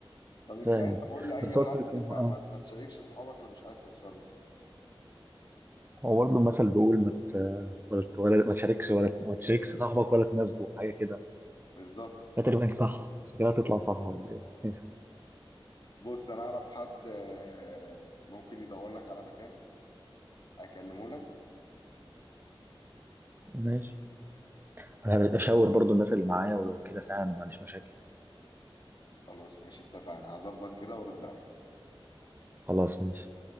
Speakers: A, on the left; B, on the right.
A: فمن
B: فاهم
A: ساعتها بقول لأي
B: بس
A: حد
B: هو الفكرة
A: ما,
B: اه
A: ما, ما تشاركش اصحابك لو مش عايز تخسرهم
B: هو برضه المثل بيقول ما ت- ولا ت- ولا- ما تشاركش ولا ما تشاركش صاحبك ولا تناسبه حاجة كده
A: بالظبط
B: ده تقريبا صح شكلها تطلع صح ولا ايه <laughs>
A: بص انا اعرف حد آه ممكن يدور لك على مكان اكلمه لك
B: ماشي انا هشاور برضه الناس اللي معايا ولو كده فعلا ما عنديش مشاكل
A: خلاص ماشي اتفقنا هظبط كده وارد عليك
B: خلاص ماشي